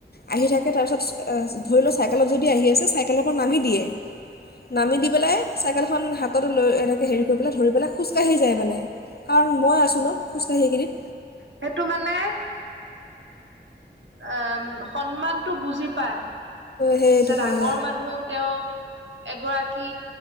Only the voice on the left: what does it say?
আহি থাকে তাৰপিছত ধৰি লও চাইকেলত যদি আহি আছে চাইকেলৰ পৰা নামি দিয়ে নামি দি পেলাই চাইকেলখন হাততে লৈ এনেকৈ হেৰি কৰি পেলাই ধৰি পেলাই খোজকাঢ়ি যায় মানে কাৰণ মই আছোঁ ন খোজকাঢ়ি এইখিনিত
সেইটো
সন্মান